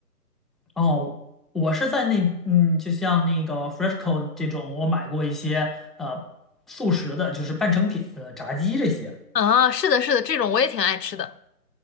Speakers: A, in the centre; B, on the left (about 80°).
A: 哦，我是在那嗯，就像那个 Fresco h 这种，我买过一些呃速食的，就是半成品的炸鸡这些。
B: 嗯啊，是的，是的，这种我也挺爱吃的。